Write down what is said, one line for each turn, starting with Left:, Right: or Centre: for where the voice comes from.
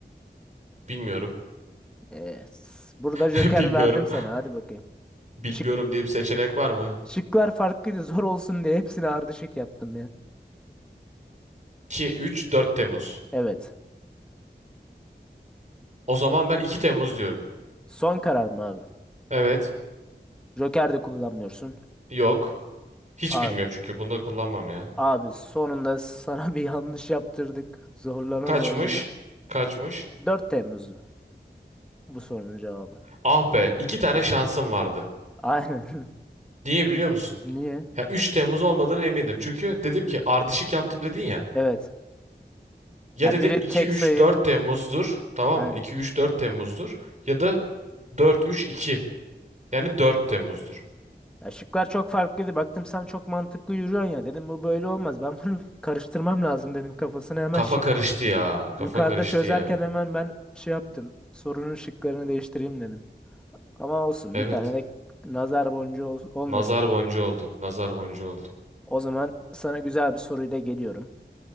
Right: Bilmiyorum.
Centre: Ee, burada Joker
Right: <laughs> Bilmiyorum.
Centre: verdim sana. Hadi bakayım.
Right: Bilmiyorum
Centre: Şık,
Right: diye bir seçenek var mı?
Centre: şıklar farklıydı zor olsun diye hepsini ardışık yaptım ya.
Right: 2, 3, 4 Temmuz.
Centre: Evet.
Right: O zaman ben 2 Temmuz diyorum.
Centre: Son karar mı abi?
Right: Evet.
Centre: Joker de kullanmıyorsun.
Right: Yok. Hiç
Centre: A-
Right: bilmiyorum çünkü bunu da kullanmam ya.
Centre: abi sonunda sana bir yanlış yaptırdık. Zorlana
Right: Kaçmış?
Centre: zorlana.
Right: Kaçmış?
Centre: 4 Temmuz'du bu sorunun cevabı.
Right: Ah be, 2 tane şansım vardı.
Centre: Aynen.
Right: Niye biliyor musun?
Centre: <laughs> Niye?
Right: Ya 3 Temmuz olmadığına emindim. Çünkü dedim ki ardışık yaptım dedin ya.
Centre: Evet.
Right: Ya
Centre: Ya
Right: dedim
Centre: biri
Right: 2,
Centre: tek
Right: 3,
Centre: sayı.
Right: 4 Temmuz'dur. Tamam
Centre: Aynen.
Right: mı? 2, 3, 4 Temmuz'dur. Ya da 4, 3, 2. Yani 4 Temmuz'dur.
Centre: Ya şıklar çok farklıydı. Baktım sen çok mantıklı yürüyorsun ya. Dedim bu böyle olmaz. Ben bunu <laughs> karıştırmam lazım dedim kafasına. Hemen
Right: Kafa
Centre: şık
Right: karıştı ya. Kafa
Centre: Yukarıda
Right: karıştı
Centre: çözerken
Right: ya.
Centre: hemen ben şey yaptım. Sorunun şıklarını değiştireyim dedim. Ama olsun
Right: Evet.
Centre: bir tane de nazar boncuğu ol- olmasın
Right: Nazar
Centre: benim.
Right: boncuğu oldu. Nazar boncuğu oldu.
Centre: O zaman sana güzel bir soruyla geliyorum.